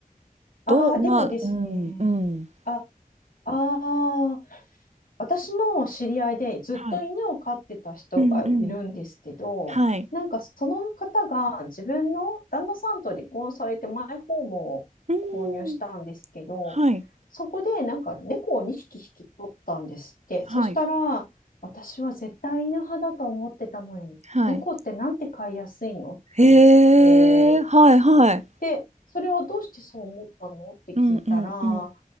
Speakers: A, on the left; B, on the right.
A: ああ、
B: どうまあ、
A: でもですね、
B: うん、うん。
A: あ、あ私の知り合いでずっと犬を飼ってた人がいるんですけど、
B: はい。うんうん。はい。
A: なんかその方が自分の旦那さんと離婚されてマイホームを購入したんですけど、
B: うーん。はい、
A: そこでなんか猫を2匹引き取ったんですって。
B: はい。
A: そしたら、私は絶対犬派だと思ってたのに、
B: はい。
A: 猫ってなんて飼いやすいのって言ってて、
B: へえ、はいはい。
A: で、それはどうしてそう思ったのって聞いたら、
B: うんうんうん。